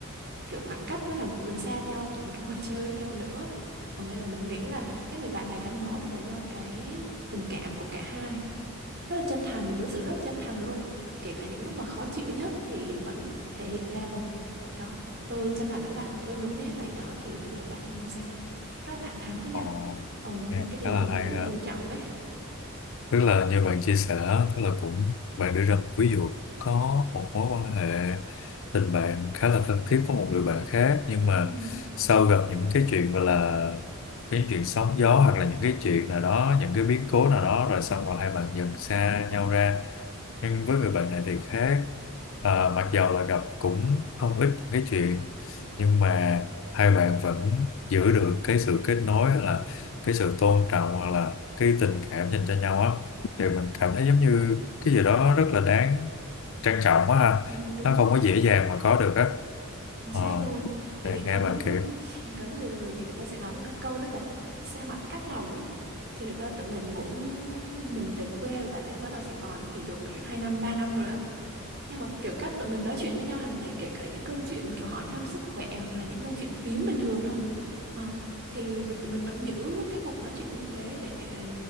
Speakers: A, on the right; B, on the left.
A: Kiểu khoảng cách nó làm cho tụi mình xa nhau và tụi mình không còn chơi với nhau nữa. Còn đây là mình nghĩ là cái người bạn này gắn bó được là do cái tình cảm của cả hai rất là chân thành đối xử rất là chân thành luôn kể cả những lúc mà khó chịu nhất thì vẫn thể hiện ra ừ đó tôi chân thành với bạn và tôi muốn như thế này đó thì bây giờ bạn làm sao rất là thẳng thắn với nhau
B: Ồ,
A: ừ nên
B: nghe
A: là cái điều
B: khá là
A: này mình
B: hay
A: rất là
B: ha.
A: tôn trọng ấy
B: tức là như bạn chia sẻ tức là cũng bạn đưa ra một ví dụ có một mối quan hệ tình bạn khá là thân thiết với một người bạn khác nhưng mà
A: ừ,
B: sau gặp những cái chuyện gọi là cái chuyện sóng gió hoặc là những cái chuyện nào đó những cái biến cố nào đó rồi xong rồi hai bạn dần xa nhau ra nhưng với người bệnh này thì khác Ờ, mặc dầu là gặp cũng không ít những cái chuyện nhưng mà hai bạn vẫn giữ được cái sự kết nối hay là cái sự tôn trọng hoặc là cái tình cảm dành cho nhau á thì mình cảm thấy giống như cái gì đó rất là đáng trân trọng quá ha
A: ừ đúng
B: nó
A: rồi
B: không
A: đó
B: có dễ dàng mà có được á
A: chính
B: ờ,
A: xác luôn tại
B: thì
A: vì có
B: nghe bạn kể
A: <laughs> có nhiều người thì người ta sẽ nói một cái câu rất là xa mặt cách lòng ấy thì thực ra tụi mình cũng mình về quê và bạn ấy vẫn ở Sài Gòn thì được 2 năm 3 năm rồi á nhưng mà kiểu cách tụi mình nói chuyện với nhau hàng ngày kể cả những câu chuyện kiểu hỏi thăm sức khỏe hoặc là những câu chuyện phím bình thường thôi Ờ, thì mình tụi mình vẫn giữ cái cuộc nói chuyện như thế để